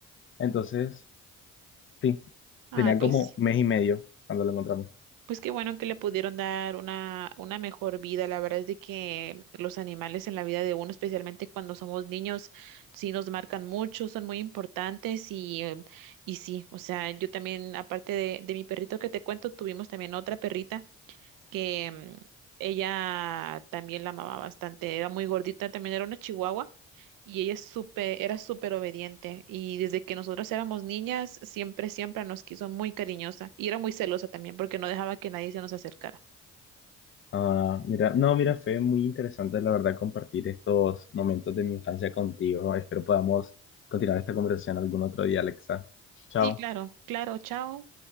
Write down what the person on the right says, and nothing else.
ah,
pues.
Pues qué bueno que le pudieron dar una, una mejor vida. La verdad es de que los animales en la vida de uno, especialmente cuando somos niños, sí nos marcan mucho, son muy importantes y, eh, y sí, o sea, yo también, aparte de, de mi perrito que te cuento, tuvimos también otra perrita que mm, ella también la amaba bastante, era muy gordita, también era una chihuahua y ella es súper, era súper obediente y desde que nosotros éramos niñas siempre, siempre nos quiso muy cariñosa y era muy celosa también porque no dejaba que nadie se nos acercara.
Sí, claro, claro, chao.